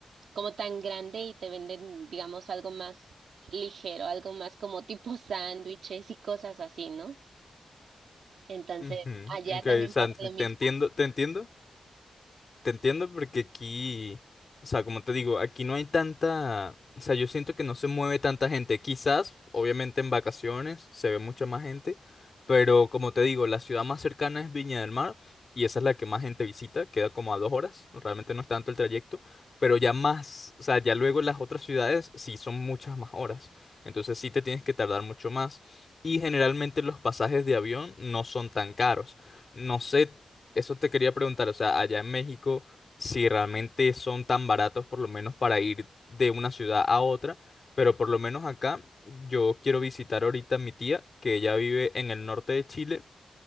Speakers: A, on the right; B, on the left.
A: como tan grande y te venden, digamos, algo más ligero, algo más como tipo <laughs> sándwiches y cosas así, ¿no? Entonces,
B: ujú.
A: allá
B: Ok,
A: también
B: o sea,
A: pasa lo mismo.
B: te entiendo, te entiendo, Te entiendo porque aquí, o sea, como te digo, aquí no hay tanta, o sea, yo siento que no se mueve tanta gente. Quizás, obviamente en vacaciones se ve mucha más gente, pero como te digo, la ciudad más cercana es Viña del Mar y esa es la que más gente visita, queda como a dos horas, realmente no es tanto el trayecto, pero ya más, o sea, ya luego las otras ciudades sí son muchas más horas, entonces sí te tienes que tardar mucho más y generalmente los pasajes de avión no son tan caros. No sé eso te quería preguntar, o sea, allá en México, si realmente son tan baratos por lo menos para ir de una ciudad a otra, pero por lo menos acá yo quiero visitar ahorita a mi tía, que ella vive en el norte de Chile,